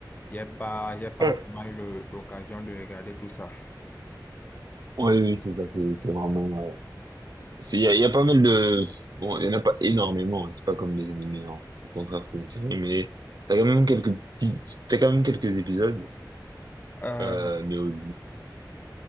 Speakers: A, on the left; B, on the right.
A: Il n'y a pas, il y a pas
B: Ouais.
A: vraiment eu le- l'occasion de regarder tout ça.
B: Ouais, oui, c'est ça, c'est c'est vraiment... euh, c'est- Il y a, il y a pas mal de... Bon, il y en a pas énormément, hein, c'est pas comme les animés, hein. Au contraire, c'est une série, mais t'as quand même quelques petits... T'as quand même quelques épisodes,
A: Euh,
B: euh, mais, au-